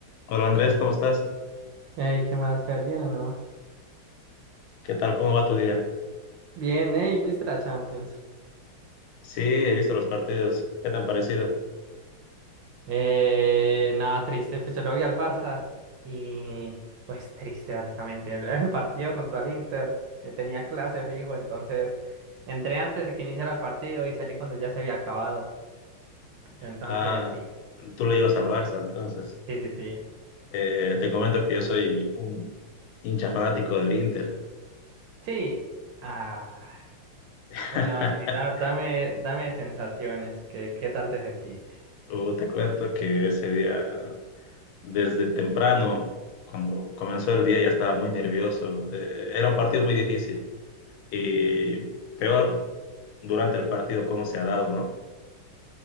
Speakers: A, on the left; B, on the right.
A: Hola Andrés, ¿cómo estás?
B: Ey, ¿qué más, Fer? ¿Bien o no?
A: ¿Qué tal? ¿Cómo va tu día?
B: Bien, ey, ¿viste la Champions?
A: Sí, he visto los partidos. ¿Qué tan parecido?
B: Eh, nada, triste, pues yo le voy al Barça y pues triste básicamente. El, el partido contra el Inter eh, tenía clase fijo, entonces entré antes de que iniciara el partido y salí cuando ya se había acabado. Entonces,
A: Ah,
B: sí,
A: tú le ibas al Barça, entonces.
B: sí, sí, sí.
A: Eh, te comento que yo soy un hincha fanático del Inter.
B: Sí, ah,
A: <laughs>
B: bueno, dale, da- dame, dame sensaciones, ¿qué, qué tal te sentiste?
A: Uh, te cuento que ese día, desde temprano, cuando comenzó el día, ya estaba muy nervioso. Eh, era un partido muy difícil. Y peor, durante el partido, cómo se ha dado, ¿no?